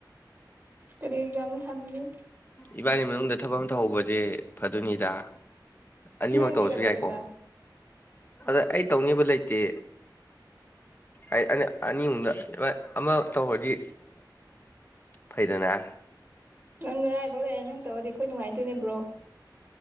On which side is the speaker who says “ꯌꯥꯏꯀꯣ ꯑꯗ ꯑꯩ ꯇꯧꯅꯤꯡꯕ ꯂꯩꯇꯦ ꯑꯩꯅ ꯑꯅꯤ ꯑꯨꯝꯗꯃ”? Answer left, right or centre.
Left